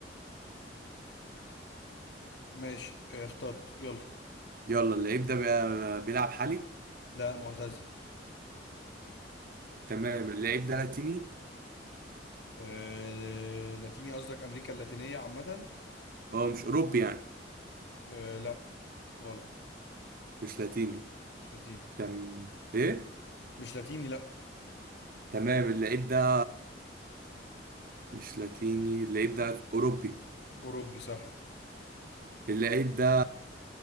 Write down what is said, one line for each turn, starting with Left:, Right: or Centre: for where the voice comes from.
Left: ماشي آه، اخترت يلا
Right: يلا اللعيب ده بي- بيلعب حالي
Left: لا معتزل
Right: تمام اللعيب ده لاتيني
Left: آه، لاتيني قصدك امريكا اللاتينيه عامه
Right: هو مش أوروبي يعني
Left: آه، لا غلط
Right: مش لاتيني
Left: مش لاتيني
Right: تم ايه
Left: مش لاتيني لا
Right: تمام اللعيب ده مش لاتيني اللعيب ده أوروبي
Left: أوروبي صح
Right: اللعيب ده